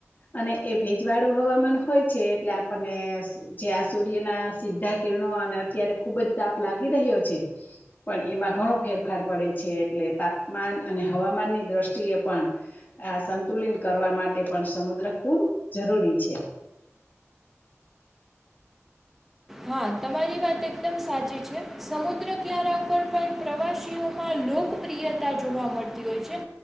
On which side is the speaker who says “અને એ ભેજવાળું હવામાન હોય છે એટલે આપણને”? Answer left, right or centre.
Left